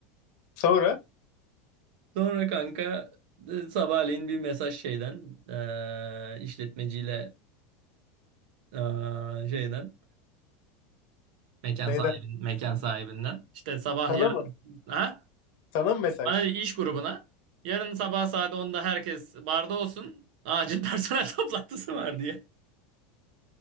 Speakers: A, on the left; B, on the right.
A: Sonra?
B: Sonra kanka e, sabahleyin bir mesaj şeyden e, işletmeciyle e, şeyden mekan
A: Neyden?
B: sahibi mekan sahibinden işte sabah
A: Sana
B: yarın
A: mı?
B: ha
A: Sana mı mesaj?
B: bana de iş grubuna yarın sabah saat onda herkes barda olsun acil personel <laughs> toplantısı var diye.